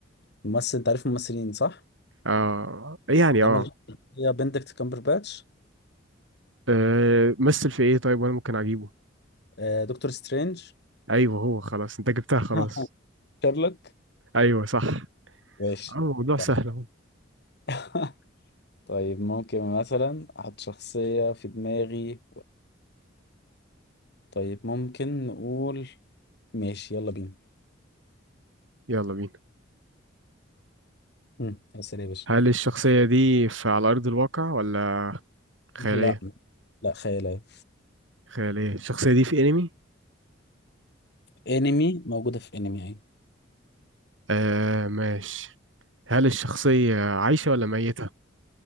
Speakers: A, on the left (about 60°); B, on the right (about 75°).
A: ممثل أنت عارف الممثلين صح؟
B: اه يعني
A: اللي
B: اه
A: عمل هي بندكت كامبرباتش
B: آه، مثل في ايه طيب وانا ممكن اجيبه
A: آه، دكتور سترينج
B: ايوه هو خلاص انت جبتها خلاص
A: <laughs> شارلوك
B: ايوه صح
A: ماشي
B: اه الموضوع سهل
A: طيب
B: اهو
A: <laughs> طيب ممكن مثلا أحط شخصية في دماغي طيب ممكن نقول ماشي يلا بينا
B: يلا بينا
A: امم اسال يا باشا
B: هل الشخصية دي في على أرض الواقع ولا خيالية؟
A: لا لا خيالية
B: خيالية الشخصية دي في أنمي؟
A: انمي موجودة في انمي يعني
B: آه ماشي هل الشخصية عايشة ولا ميتة؟